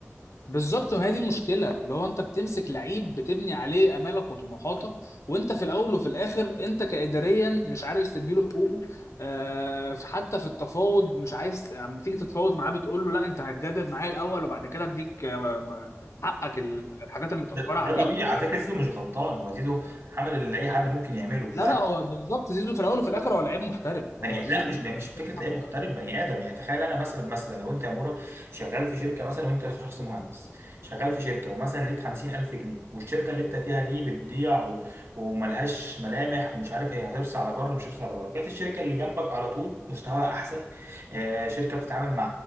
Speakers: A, on the left; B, on the right.
A: بالظبط ما هي دي المشكله اللي هو انت بتمسك لعيب بتبني عليه امالك وطموحاتك وانت في الاول وفي الاخر انت كاداريا مش عارف تديله حقوقه آه حتى في التفاوض مش عايز لما تيجي تتفاوض معاه بتقول له لا انت هتجدد معايا الاول وبعد كده اديك آه، م- حقك ال- الحاجات المتاخره
B: ده, ده
A: عليك
B: طبيعي على فكره زيزو مش غلطان هو زيزو عمل اللي اي حد ممكن يعمله
A: لا لا هو بالظبط زيزو في الاول وفي الاخر هو لعيب محترف
B: بني
A: هو زيزو
B: لا
A: في
B: مش
A: الأول
B: مش
A: وفي
B: فكره
A: الآخر-
B: لعيب محترف بني ادم يعني تخيل انا مثلا مثلا لو انت يا مورا شغال في شركه مثلا وانت شخص مهندس شغال في شركه ومثلا ليك 50000 جنيه والشركه اللي انت فيها دي بتضيع و... وملهاش ملامح ومش عارف هي هترسى على بره مش هترسى على بره جت الشركه اللي جنبك على طول مستواها احسن آه شركه بتتعامل مع